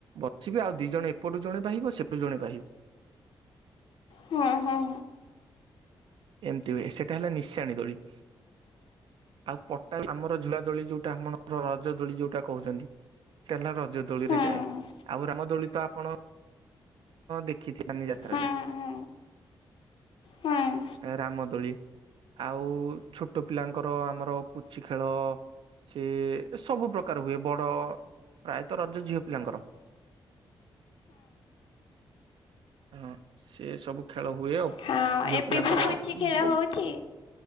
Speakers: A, on the right (about 75°); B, on the left (about 85°).
A: ବସିବି ଆଉ ଦି ଜଣ ଏପଟୁ ଜଣେ ବାହିବ ସେପଟୁ ଜଣେ ବାହିବ।
B: ହଁ ହଁ।
A: ଏମିତି ହୁଏ ସେଟା ହେଲା ନିଶାଣି ଦୋଳି। ଆଉ ପଟା ଆମର ଝୁଳା ଦୋଳି ଯୋଉଟା ଆପଣ ରଜ ଦୋଳି ଯୋଉଟା କହୁଛନ୍ତି ସେଇଟା ହେଲା ରଜ ଦୋଳିରେ
B: ହୁଁ
A: ଯାଏ
B: ହୁଁ
A: ଆଉ ରାମଦୋଳି ତ ଆପଣ ଦେଖି ମାନି ଯାତ୍ରାରେ
B: ହୁଁ ହୁଁ ହୁଁ
A: ରାମଦୋଳି ଆଉ ଛୋଟ ପିଲାଙ୍କ। କର ଆମର ପୁଚି ଖେଳ ସେ ସବୁ ପ୍ରକାର ହୁଏ ବଡ ପ୍ରାୟତଃ ରଜ ଝିଅ ପିଲାଙ୍କର ହଁ ସେ ସବୁ ଖେଳ। ହୁଏ ଆଉ
B: ହଁ
A: ଝିଅ
B: ଏବେ
A: ପିଲାଙ୍କର
B: ବି ପୁଞ୍ଚି
A: ବ
B: ଖେଳ
A: ବ
B: ହଉଛି